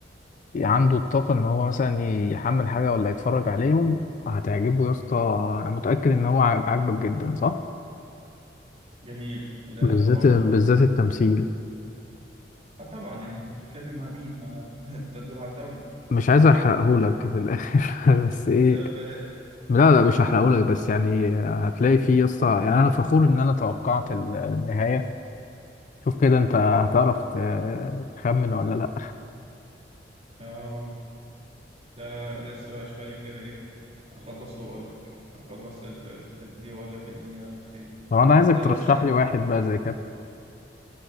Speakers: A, on the left (about 45°); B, on the right (about 35°).
A: عنده الطاقه ان هو مثلا يحمل حاجه ولا يتفرج عليهم هتعجبه يا اسطى انا متاكد ان هو عاجبك جدا صح
B: جميل لا
A: بالذات
B: لا حوار
A: بالذات التمثيل
B: اه طبعا يعني انت بتتكلم مع مين ما انت <laughs> دول عتاولة
A: مش عايز احرقهولك في الاخر <laughs> بس ايه
B: لا بلاش
A: لا لا مش هحرقهولك بس يعني هتلاقي فيه يا اسطى يعني انا فخور ان انا توقعت ال- النهايه شوف كده انت هتعرف ت- تخمن ولا لا
B: اه لا لا لا، لسه بقى شويه كده ايه اخلصه واقول لك اخلص ال- الحته دي واقول لك الدنيا راحت فين
A: طب انا عايزك
B: لا
A: ترشح
B: بس انا
A: لي واحد بقى زي كده